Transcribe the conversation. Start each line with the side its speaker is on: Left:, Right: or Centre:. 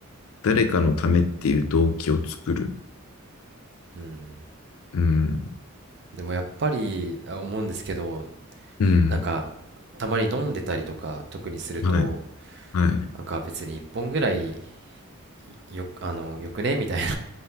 Left: 誰かのためっていう動機を作る。
Right: うん
Left: うん。
Right: でもやっぱりあ思うんですけど
Left: うん。
Right: なんかたまに飲んでたりとか特にすると
Left: はい。はい。
Right: なんか別に1本ぐらいよ、あのよくねみたいな